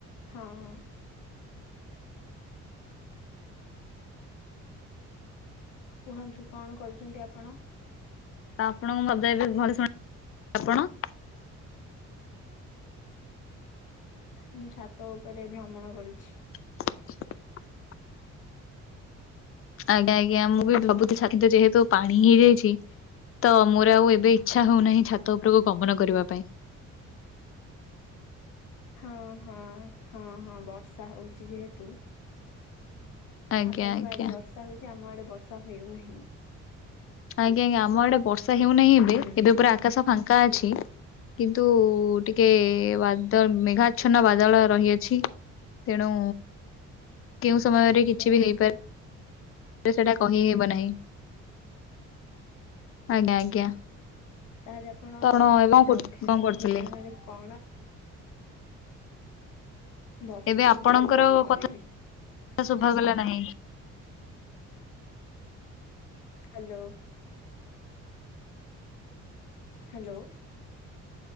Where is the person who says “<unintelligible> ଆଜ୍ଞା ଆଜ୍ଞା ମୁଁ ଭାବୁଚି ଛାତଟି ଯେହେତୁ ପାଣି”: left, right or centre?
Left